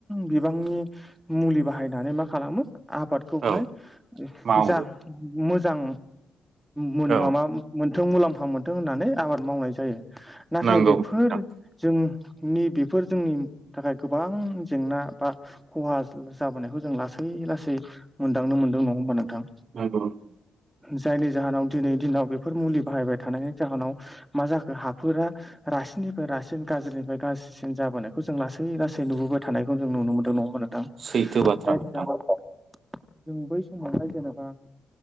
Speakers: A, in the centre; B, on the right (about 55°).
A: बिबांनि मुलि बाहायनानै मा खालामो आबादखौहाय
B: औ मावो
A: जा मोजां मान
B: औ
A: माबा मोनथों मुलाम्फा मोनथों होननानै आबाद मावनाय जायो। नाथाय
B: नंगौ
A: बेफोर
B: नोंथां
A: जोंनि बेफोर जोंनि थाखाय गोबां जेंना बा खहा जाबोनायखौ जों लासै - लासै मोनदांनो मोनदों नङा होमबा नोंथां।
B: <unintelligible>
A: जायनि जाहोनाव दिनै दिनाव बेफोर मुलि बाहायबाय थानायनि जाहोनाव मा जाखो हाफोरा रासिननिफ्राय रासिन गाज्रिनिफ्राय गाज सिन जाबोनायखौ जों लासै - लासै नुबोबाय थानायखौ जों नुनो मोनदों नङा होमबा नों थां
B: सैथो बाथ्रा
A: जाय
B: नोंथां
A: <unintelligible> जों बै समावहाय जेनेबा